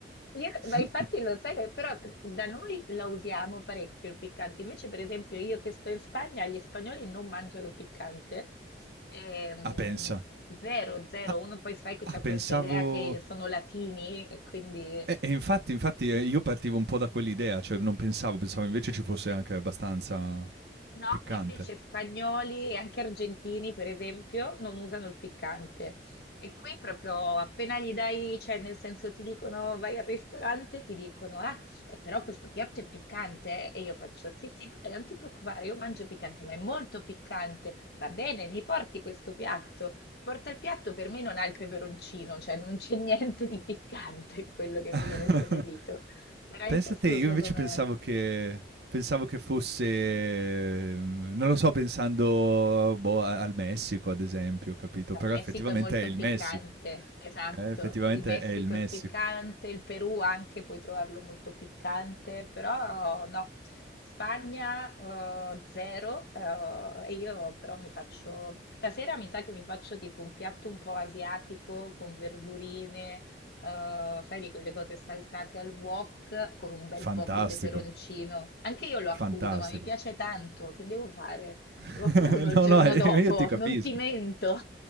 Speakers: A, on the left (about 60°); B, on the right (about 65°).
A: Io-
B: <laughs>
A: ma infatti lo sai che però da noi la usiamo parecchio il piccante, invece per esempio io che sto in Spagna, gli spagnoli non mangiano piccante, ehm,
B: Ah, pensa.
A: zero, zero,
B: Ah,
A: uno poi sai che
B: ah,
A: c'ha
B: pensavo
A: questa idea che sono latini e quindi
B: eh, e infatti infatti, ehm, io partivo un po' da quell'idea, cioè non pensavo pensavo invece ci fosse anche abbastanza
A: No,
B: piccante.
A: e invece spagnoli e anche argentini, per esempio, non usano il piccante. E qui proprio appena gli dai, cioè nel senso ti dicono vai al ristorante, ti dicono, ah, eh, però questo piatto è piccante, eh?" E io faccio, sì, sì, vabbè, non ti preoccupare, io mangio piccante, ma è molto piccante. Va bene, mi porti questo piatto. Porta il piatto, per me non ha il peperoncino, cioè non c'è <laughs> niente di piccante in quello che mi
B: Eh. <laughs>
A: viene servito. Veramente
B: Pensa
A: assurdo
B: te, io invece
A: com'è.
B: pensavo che pensavo che fosse, ehm, non lo so, pensando, boh, a- al Messico, ad esempio, capito?
A: Beh,
B: Però
A: Il Messico
B: effettivamente
A: è molto
B: è il
A: piccante,
B: Messico.
A: esatto.
B: Eh, effettivamente
A: Il Messico
B: è il Messico.
A: è piccante, il Perù anche puoi trovarlo molto piccante, però no. Spagna eh, zero eh, e io però mi faccio, stasera mi sa che mi faccio tipo un piatto un po' asiatico con verdurine, eh, sai di quelle cose saltate al wok con un bel
B: Fantastico,
A: po' di peperoncino. Anche io lo accuso,
B: fantastico.
A: ma mi piace tanto, che devo fare?
B: <laughs>
A: Lo accuso il
B: No,
A: giorno
B: no, eh,
A: dopo,
B: io ti capisco.
A: non ti mento.